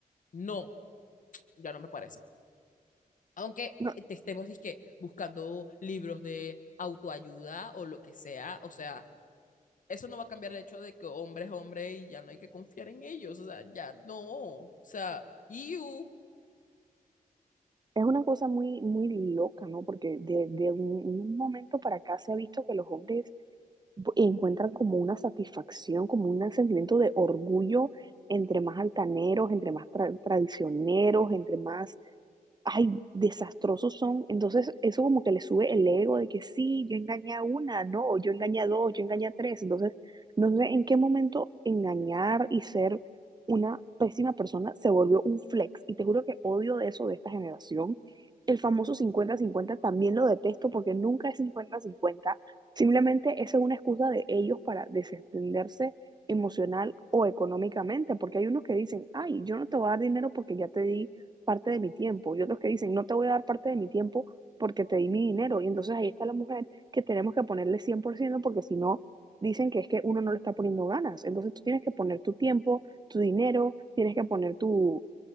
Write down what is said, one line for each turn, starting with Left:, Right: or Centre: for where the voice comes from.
Left: no, ya no me parece. Aunque
Right: No,
Left: te estemos dizque, buscando libros de autoayuda o lo que sea, o sea, eso no va a cambiar el hecho de que hombre es hombre y ya no hay que confiar en ellos, o sea, ya no, o sea, you.
Right: es una cosa muy, muy loca, ¿no? Porque de, de un, un momento para acá se ha visto que los hombres bu- encuentran como una satisfacción, como un sentimiento de orgullo entre más altaneros, entre más tra- traicioneros, entre más ay, desastrosos son. Entonces, eso como que le sube el ego de que sí, yo engañé a una, no, o yo engañé a dos, yo engañé a tres. Entonces, no sé en qué momento engañar y ser una pésima persona se volvió un flex. Y te juro que odio de eso de esta generación. El famoso cincuenta-cincuenta también lo detesto porque nunca es cincuenta-cincuenta. Simplemente esa es una excusa de ellos para desentenderse emocional o económicamente, porque hay unos que dicen, ay, yo no te voy a dar dinero porque ya te di parte de mi tiempo y otros que dicen, no te voy a dar parte de mi tiempo porque te di mi dinero. Y entonces ahí está la mujer que tenemos que ponerle 100% porque si no, dicen que es que uno no le está poniendo ganas. Entonces tú tienes que poner tu tiempo, tu dinero, tienes que poner tu